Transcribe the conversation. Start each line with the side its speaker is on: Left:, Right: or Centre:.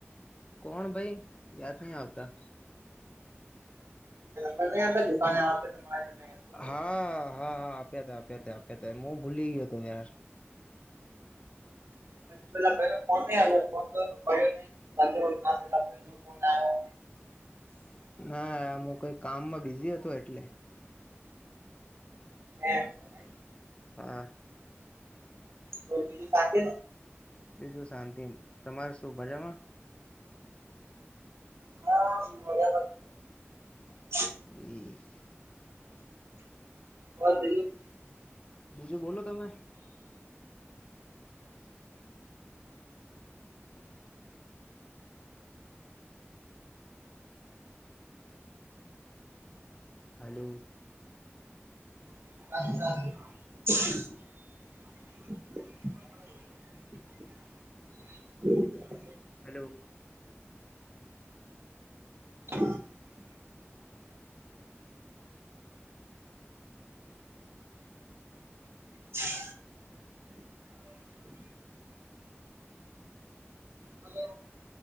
Left: કોણ ભઈ યાદ નહી આવતા.
Right: <unintelligible> આપે દુકાને આવેશે તમારે. તમે એમ કીધું
Left: હા,
Right: હતું
Left: હા આપ્યા તા. આપ્યા તા. આપ્યા તા. મુ ભૂલી ગ્યો તો યાર.
Right: પસી પેલા ભઈ ને ફોન નઈ આયો. ફોન કર્યો તો ઉપાડ્યો નઈ. <unintelligible> ભઈનો ફોન આયો.
Left: ના, મુ કઈ કામમાં બિઝી હતો એટલે.
Right: એમ છે નઈ.
Left: હા.
Right: તો બીજું શાંતિને?
Left: બીજું શાંતિ. તમાર શું મજામાં?
Right: અબ, મજામાં જ છીએ.
Left: એ.
Right: <unintelligible>
Left: બીજું, બોલો તમે? હલો.
Right: <unintelligible> <inaudible> <inaudible>
Left: <unintelligible>
Right: <inaudible> <inaudible> હલો.